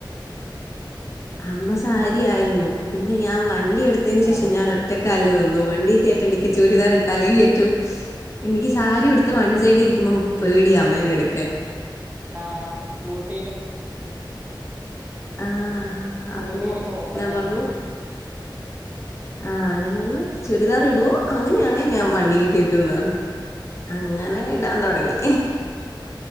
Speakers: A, on the left; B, on the right.
A: അമ്മ സാരിയായിരുന്നു പിന്നെ ഞാൻ വണ്ടി എടുത്തതിന് ശേഷം
B: ആഹ്
A: ഞാൻ ഒറ്റക്കാലിൽ നിന്നു വണ്ടി കയറ്റണ്ടിക്ക ചുരിദാർ ഇട്ടാലേ കേയറ്റു എനിക്ക് സാരി എടുത്ത് വൺ സൈഡ് ഇരിക്കുമ്പോൾ പേടിയ അമ്മേന എടുക്കാൻ
B: ആഹ സ്കൂട്ടിയിലും
A: ആഹ
B: സ്കൂട്ടിയില്
A: അപ്പോ
B: പോകുമ്പല്ലേ
A: ഞാൻ പറഞ്ഞു ആഹ് ഞാൻ പറഞ്ഞു ചുരിദാർ ഇടുവോ അങ്ങനെയാണ് ഞാൻ വണ്ടി കയറ്റുന്ന് പറഞ്ഞു അങ്ങനെ ഇടാൻ തുടങ്ങി